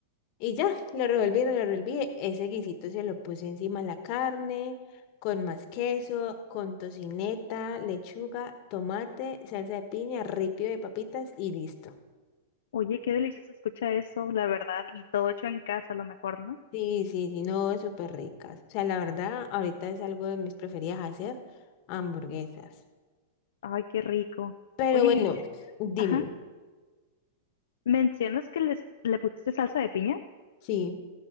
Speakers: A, on the left; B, on the left.
A: Y ya, lo revolví, lo revolví. Ese guisito se lo puse encima la carne, con más queso, con tocineta, lechuga, tomate, salsa de piña, ripio de papitas y listo.
B: Oye, qué delicioso se escucha eso, la verdad, y todo hecho en casa a lo mejor, ¿no?
A: Sí, sí, sí, no, súper ricas. O sea, la verdad, ahorita es algo de mis preferidas hacer, hamburguesas.
B: Ay, qué rico.
A: Pero
B: Oye,
A: bueno,
B: y me-
A: dime,
B: ajá, ¿mencionas que les, le pusiste salsa de piña?
A: sí,